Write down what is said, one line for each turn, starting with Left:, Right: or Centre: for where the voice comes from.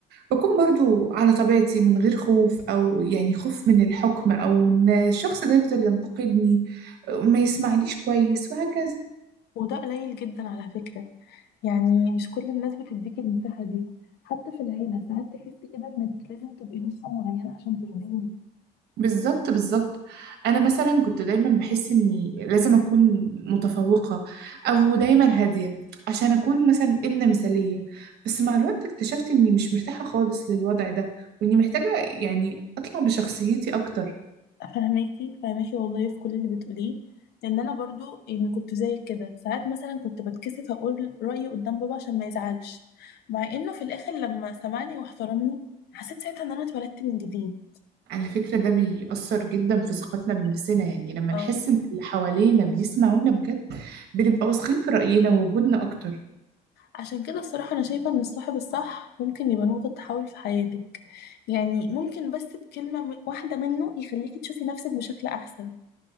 Right: بكون برضو على طبيعتي من غير خوف أو يعني خوف من الحكم أو إن الشخص ده يفضل ينتقدني ما يسمعنيش كويس وهكذا
Left: وده قليل جدا على فكرة يعني مش كل الناس بتديك المساحة دي حتى في العيلة ساعات تحسي كده إنك لازم تبقي نسخة معينة عشان ترضيهم
Right: بالظبط بالظبط انا مثلا كنت دايما بحس اني لازم اكون متفوقه او دايما هاديه عشان اكون مثلا ابنه مثاليه بس مع الوقت اكتشفت اني مش مرتاحه خالص للوضع ده واني محتاجه يعني اطلع بشخصيتي اكتر
Left: فاهماكي فاهماكي والله في كل اللي بتقوليه لأن أنا برضو يعني كنت زيك كده ساعات مثلا كنت بتكسف أقول رأيي قدام بابا عشان ما يزعلش مع إنه في الآخر لما سمعني واحترمني حسيت ساعتها إن أنا اتولدت من جديد
Right: على فكره ده بيأثر جدا في ثقتنا بنفسنا يعني لما
Left: اه
Right: نحس ان اللي حوالينا بيسمعونا بجد بنبقى واثقين في رأينا ووجودنا اكتر
Left: عشان كده الصراحة أنا شايفة إن الصاحب الصح ممكن يبقى نقطة تحول في حياتك يعني ممكن بس بكلمة م- واحدة منه يخليكي تشوفي نفسك بشكل أحسن